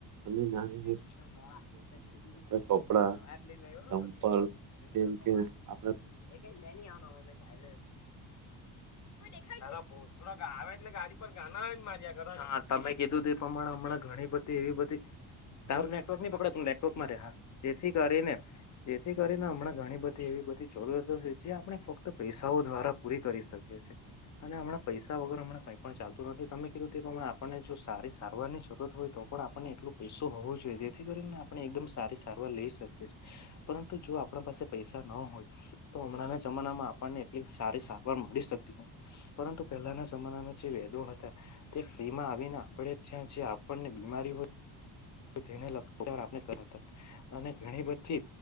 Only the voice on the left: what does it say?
વા.
એ નહ આવવાનો હવે ચા એવું.
કોઈ દેખાય. થોડા આવે એટલે ગાડી પર ગાના માર્યા કરા તમે કીધું એ પ્રમાણે હમણાં ઘણી બધી એવી બધી. તારું નેટવર્ક નહી પકડે તથીનેટવર્કમાં રહે જેથી કરી ને. જેથી કરીને હમણાં ઘણી બધી એવી બધી જરૂરિયાતો છે જે આપણે ફક્ત પૈસાઓ દ્વારા પૂરી કરી શકીએ છીએ. અને હમણાં પૈસા વગર હમણા કંઈ પણ ચાલતું નથી તમે કીધું તે પ્રમાણે આપણને જો સારી સારવારની જરૂરત હોય તો. પણ આપણને એટલો પૈસો હોવો જોઈએ જેથી કરીને આપણે એકદમ સારી સારવાર લઇ શકીએ છીએ. પરંતુ જો આપણા પાસે પૈસા ન હોય. તો હમણાંના જમાનામાં આપણને એટલી સારી સારવાર મળી શકતી. પરંતુ પહેલાના જમાનામાં જે વેદો હતા. તે ફ્રી માં આવીને આપણે ત્યાં જે આપણને બીમારી હોય. તેને લાર આપણે કરતા અને ઘણી બધી.